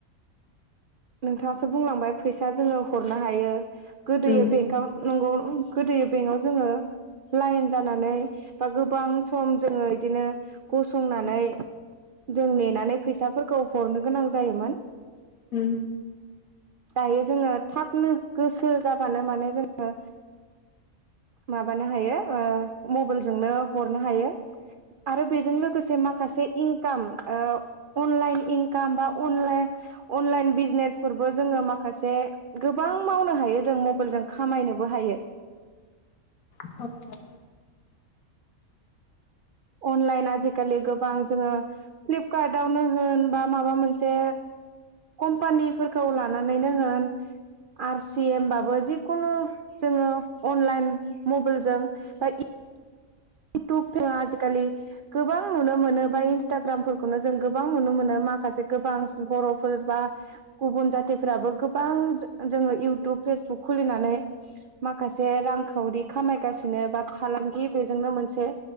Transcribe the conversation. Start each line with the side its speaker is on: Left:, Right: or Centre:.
Right: नोंथाङासो बुंलांबाय फैसा जोङो हरनो हायो गोदो
Left: उम
Right: बेंकआव नंगौ गोदोयो बेंकआव जोङो लाइन जानानै बा गोबां सम जोङो इदिनो गसंनानै जों नेनानै फैसाफोरखौ हरनो गोनां जायोमोन।
Left: उम
Right: दायो जोङो थाबनो गोसो जाबानो माने जोङो माबानो हायो ओ मबाइल जोंनो हरनो हायो। आरो बेजों लोगोसे माखासे इनकाम ओ अनलाइन इनकाम बा अनलाइन अनलाइन बिजनेस फोरबो जोङो माखासे गोबां मावनो हायो जों मबाइल जों खामायनोबो हायो।
Left: <unintelligible>
Right: अनलाइन आजिखालि गोबां जोङो फ्लिपकार्टआवनो होन बा माबा मोनसे कम्पानिफोरखौ लानानैनो होन आर सि एम बाबो जिखुनु जोङो अनलाइन मबाइलजों बा ईउटुबफोरा आजिखालि गोबां नुनो मोनो बा इन्सटाग्रामफोरखौनो जों गोबां नुनो मोनो माखासे गोबां बर'फोर बा गुबुन जाथिफ्राबो गोबां जो-जोङो इउटुब फेसबुक खुलिनानै माखासे रांखावरि खामायगासिनो बा फालांगि बेजोंनो मोनसे